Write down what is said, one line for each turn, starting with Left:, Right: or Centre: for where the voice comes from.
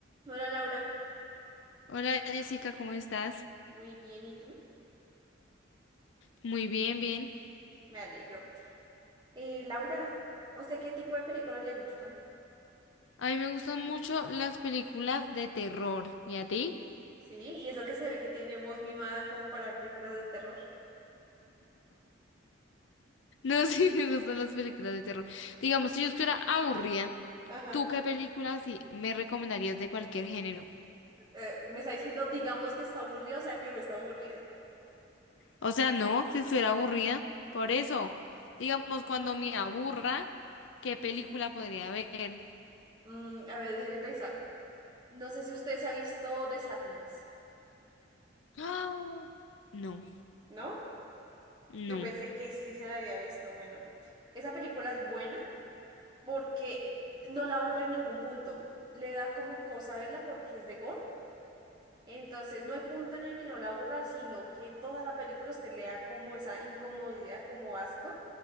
Right: Hola Laura,
Left: Hola Jessica, ¿cómo estás?
Right: muy bien, ¿y tú?
Left: Muy bien, bien.
Right: Me alegro. Eh, Laura, ¿a usted qué tipo de películas le gustan?
Left: A mí me gustan mucho las películas de terror. ¿Y a ti?
Right: Sí, y eso que se ve que tiene voz mimada como para ver películas de terror.
Left: No, <laughs> sí, me gustan las películas de terror. Digamos, si yo estuviera aburrida,
Right: Ajá.
Left: ¿tú qué películas sí me recomendarías de cualquier género?
Right: Eh, me está diciendo, digamos que está aburrida, o sea que no está aburrida.
Left: O sea, no, si estuviera aburrida. Por eso, digamos, cuando me aburra, ¿qué película podría ver?
Right: Mm, a ver, déjeme pensar. No sé si usted se ha visto The Sadness,
Left: ¡Ah! No,
Right: ¿no?
Left: no.
Right: Yo pensé que sí se la había visto. Bueno, esa película es buena porque no la aburre en ningún punto. Le da como cosa verla porque es de gore. Entonces no hay punto en el que no la aburra, sino que toda la película usted le da como esa incomodidad, como asco,